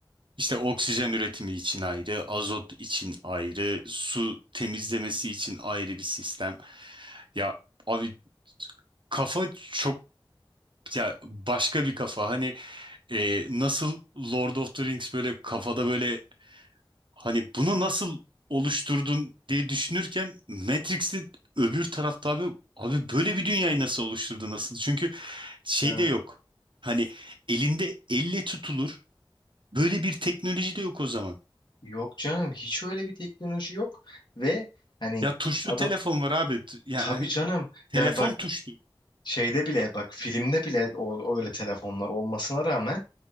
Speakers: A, on the right; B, on the left.
A: İşte oksijen üretimi için ayrı, azot için ayrı, su temizlemesi için ayrı bir sistem. Ya abi kafa çok ya başka bir kafa. Hani e, nasıl Lord of the Rings böyle kafada böyle Hani bunu nasıl oluşturdun diye düşünürken Matrix'te öbür tarafta abi abi böyle bir dünyayı nasıl oluşturdu nasıl? Çünkü şey
B: Evet.
A: de yok. Hani elinde elle tutulur böyle bir teknoloji de yok o zaman.
B: Yok canım, hiç öyle bir teknoloji yok ve hani
A: Ya tuşlu
B: adam
A: telefon var abi. T- Yani
B: tabii
A: hani
B: canım
A: telefon
B: ya bak
A: tuşlu.
B: şeyde bile bak filmde bile o, öyle telefonlar olmasına rağmen